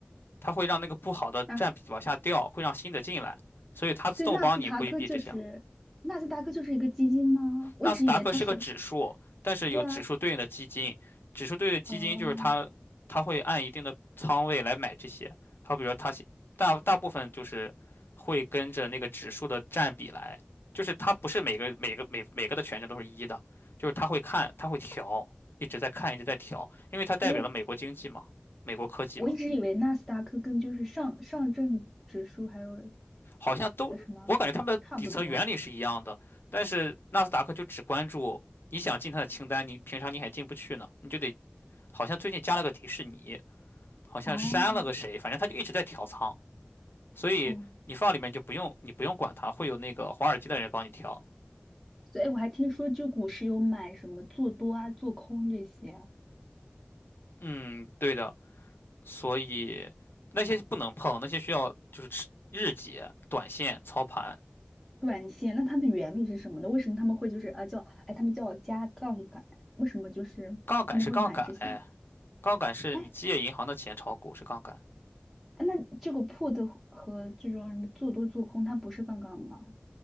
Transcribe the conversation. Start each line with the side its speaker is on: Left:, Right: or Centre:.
Left: 它会让那个不好的占比往下掉，
Centre: 啊，
Left: 会让新的进来，所以它自动帮你规避这些
Centre: 所以纳斯达克就是纳斯达克就是一个基金吗？我一直以为它是，
Left: 纳斯达克是个指数，但是有指数对应的基金，
Centre: 对啊，
Left: 指数对应的基金就是它，
Centre: 哦、
Left: 它会按一定的仓位来买这些。好，比如说它是大大部分就是会跟着那个指数的占比来，就是它不是每个每个每每个的权重都是一的，就是它会看，它会调，一直在看，一直在调，因为它代表了美国经济嘛，
Centre: 诶哎，
Left: 美国科技嘛，
Centre: 我一直以为纳斯达克跟就是上上证指数还有
Left: 好像都我感觉他们的底层原理是一样的，
Centre: 呃什么差不多。
Left: 但是纳斯达克就只关注。你想进它的清单，你平常你还进不去呢，你就得好像最近加了个迪士尼，好像删了个谁，
Centre: 哦
Left: 反正他就一直在调仓，所以你放里面就不用你不用管它，
Centre: 哦，
Left: 会有那个华尔街的人帮你调。
Centre: 所以我还听说就股市有买什么做多啊、做空这些啊。
Left: 嗯，对的，所以那些不能碰，那些需要就是吃日结、短线、操盘。
Centre: 短线，那它的原理是什么呢？为什么他们会就是啊叫哎他们叫加杠杆？为什么就是他们会买这些？
Left: 杠杆是杠杆，哎，杠杆是你借银行的钱炒股是杠杆，
Centre: 哎，那这个 put 和和这种什么做多做空，它不是杠杆吗？